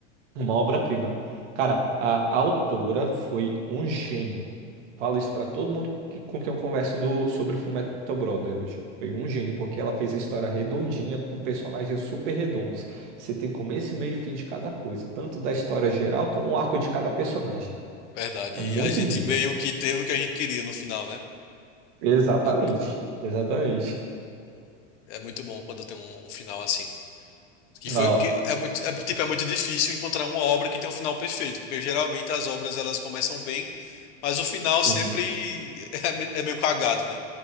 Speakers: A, on the right; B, on the left.
A: Uma obra-prima. Cara, a, autora foi um gênio. Falo isso pra todo mundo que- com quem eu converso do, sobre Fullmetal Brotherhood. Foi um gênio, porque ela fez a história redondinha com personagens super redondos. Você tem começo, meio e fim de cada coisa, tanto da história geral como o arco de cada personagem.
B: verdade.
A: É
B: E
A: muito
B: a gente
A: linda.
B: meio que teve o que a gente queria no final, né?
A: Exatamente.
B: É
A: Exatamente.
B: é muito bom quando tem um um final assim. Que
A: Ah,
B: foi que é muito, é, tipo, é muito difícil encontrar uma obra que tem um final perfeito, porque geralmente as obras elas começam bem, mas o final
A: sim.
B: sempre <laughs> é, me- é meio cagado, né?